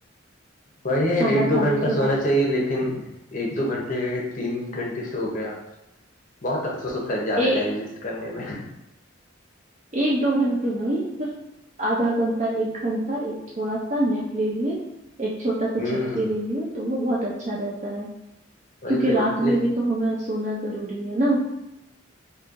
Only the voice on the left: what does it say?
وہائی ہے
ایک دو
گھنٹہ
سونا
چاہیے لیکن ایک دو گھنٹے گئےئے تین گھنٹے سے ہو گیا بہت افسوس ہوتا ہے زیادہ
ٹائم ویس کرنے میں
ہ
وہی
تو
لے-